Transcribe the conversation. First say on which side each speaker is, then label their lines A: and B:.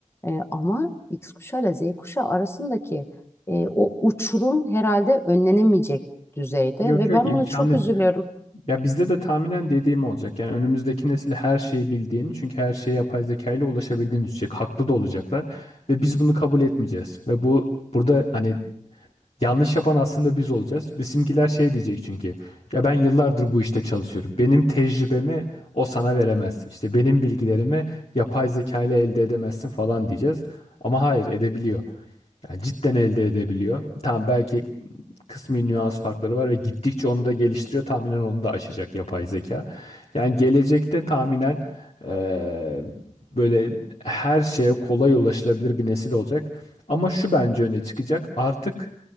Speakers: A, on the left; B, on the left.
A: E, ama X kuşağıyla Z kuşağı arasındaki e, o uçurum herhalde önlenemeyecek düzeyde
B: Yok
A: ve
B: yok
A: ben
B: imkanı
A: bunu çok
B: yok.
A: üzülüyorum.
B: Ya bizde de tahminen dediğim olacak. Yani önümüzdeki nesil her şeyi bildiğini çünkü her şeye yapay zeka ile ulaşabildiğini düşünecek. Haklı da olacaklar ve biz bunu kabul etmeyeceğiz. Ve bu burada hani Yanlış yapan aslında biz olacağız. Bizimkiler şey diyecek çünkü. Ya ben yıllardır bu işte çalışıyorum. Benim tecrübemi o sana veremez. İşte benim bilgilerimi yapay zeka ile elde edemezsin falan diyeceğiz. Ama hayır edebiliyor. Yani cidden elde edebiliyor. Tamam belki kısmi nüans farkları var ve gittikçe onu da geliştiriyor. Tahminen onu da aşacak yapay zeka. Yani gelecekte tahminen eee, böyle her şeye kolay ulaşılabilir bir nesil olacak. Ama şu bence öne çıkacak. Artık